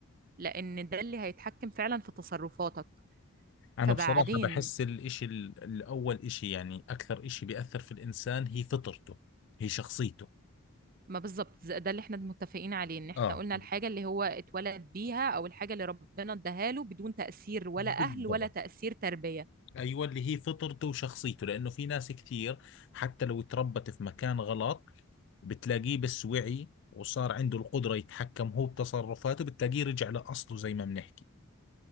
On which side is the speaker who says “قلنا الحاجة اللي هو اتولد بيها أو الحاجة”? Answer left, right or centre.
Right